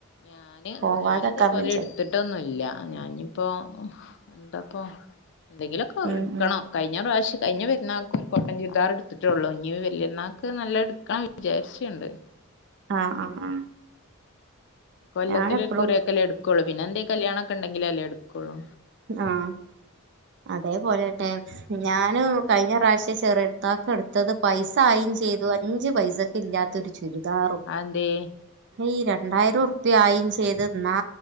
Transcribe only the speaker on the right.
പോവാതെക്കാൻ
വെച്ച
ഉം
ഉം
ആഹ് ആഹ് ആഹ്
ഞാൻ എപ്പളും
ആഹ് അതേപോലെന്നെ ഞാന് കഴിഞ്ഞ പ്രാവശ്യം ചെറിയെര്ന്നാക്ക് എടുത്തത് പൈസ ആയിം ചെയ്തു അഞ്ചു പൈസ ക്ക് ഇല്ലാത്തൊരു ചുരിദാറും
ഈ രണ്ടായിരം ഉറുപ്പ്യ ആയിം ചെയ്ത് എന്നാ